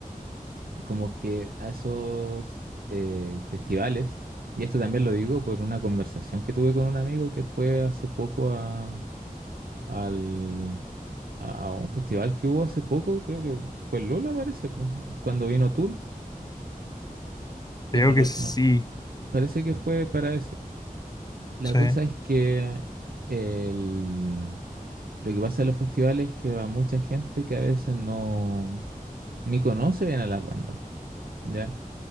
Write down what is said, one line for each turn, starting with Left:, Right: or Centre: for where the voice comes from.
Right: como que a esos eh, festivales, y esto también lo digo por una conversación que tuve con un amigo que fue hace poco a, al, a, a un festival que hubo hace poco, creo que fue en Lola, parece, po, cuando vino Tool,
Left: creo
Right: que no, re-
Left: que sí,
Right: no- parece que fue para ese. po. La
Left: sí,
Right: cosa es que el, Lo que pasa en los festivales es que va mucha gente que a veces no ni conoce bien a las bandas, ¿ya?